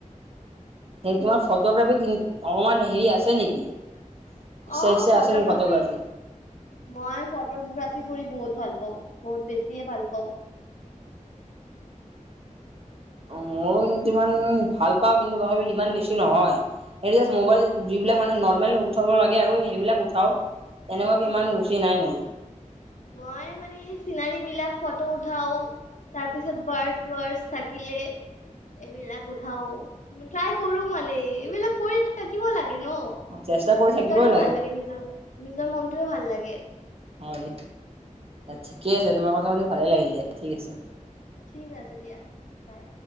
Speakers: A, on the right; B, on the left.
A: এ তোমাৰ ফটোগ্ৰাফী অকমান হেৰি আছে নেকি? ইচ্ছা
B: অ
A: ইচ্ছা
B: ফটোগ্ৰাফী
A: আছে নেকি ফটোগ্ৰাফীত?
B: মই ফটোগ্ৰাফী ফুৰি বহুত ভাল পাওঁ। বহুত বেছিয়ে ভাল পাওঁ।
A: অ মইয়ো কিন্তু ইমান ভাল পাওঁ কিন্তু তথাপি ইমান বেছি নহয়। মবাইল যিবিলাক মানে নৰ্মেল উঠাব লাগে আৰু সেইবিলাক উঠাওঁ। এনেকুৱাকে
B: উম,
A: ইমান ৰুচি নাই মোৰ
B: মই মানে এই চিনাৰী বিলাক ফটো উঠাও। তাৰ পিছত বাৰছ ৱাৰছ থাকিলে এইবিলাক উঠাও ট্ৰাই কৰো মানে এইবিলাক কৰি থাকিব লাগে লাগে ন
A: চেষ্টা কৰি থাকিবই
B: নিজৰে ভাল লাগে নিজৰ নিজৰ মনটোৱে ভাল লাগে
A: হয়। ঠিকে আছে তোমাৰ কথা পাতি ভালেই লাগিল দে ঠিক আছে
B: ঠিক আছে দিয়া বাই